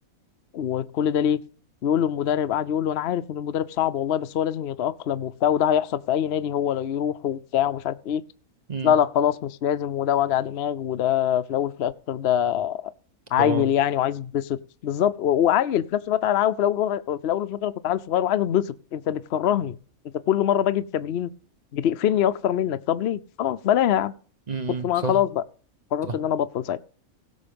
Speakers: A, on the left; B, on the right.
A: وكل ده ليه يقول له المدرب قاعد يقول له انا عارف ان المدرب صعب والله بس هو لازم يتأقلم وبتاع وده هيحصل في اي نادي هو لو يروح وبتاع ومش عارف ايه
B: امم
A: لا لا خلاص مش لازم وده وجع دماغ وده في الاول في الاخر ده عيل
B: قرار
A: يعني وعايز يتبسط بالظبط و- وعيل في نفس الوقت انا عاوز في الاول وغ- في الاول وفي الاخر كنت عيل صغير وعايز اتبسط انت بتكرهني انت كل مره باجي التمرين بتقفلني اكتر منك طب ليه خلاص بلاها يا عم
B: امم
A: كنت ما
B: صح
A: خلاص بقى قررت
B: صح
A: ان انا ابطل ساعتها